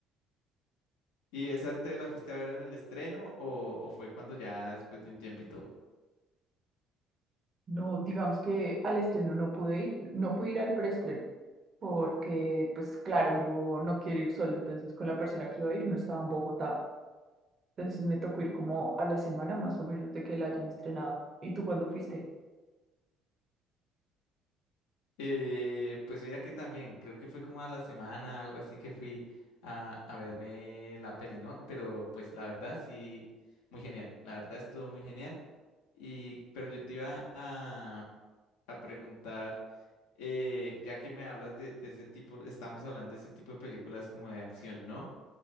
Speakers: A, on the left; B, on the right.
A: ¿Y esa te la fuiste a ver en el estreno o, o fue cuando ya después de un tiempito?
B: No, digamos que al estreno no pude ir, no pude ir al preestreno, porque, pues claro, uno no quiere ir solo, entonces con la persona que iba a ir no estaba en Bogotá. Entonces me tocó ir como a la semana más o menos de que la hayan estrenado. ¿Y tú cuándo fuiste?
A: Eh, pues mira que también, creo que fue como a la semana, algo así que fui a, a verme la peli, ¿no? Pero pues la verdad sí, muy genial, la verdad estuvo muy genial. Y, pero yo te iba a, a preguntar, eh, ya que me hablas de, de ese tipo, estamos hablando de ese tipo de películas como de acción, ¿no?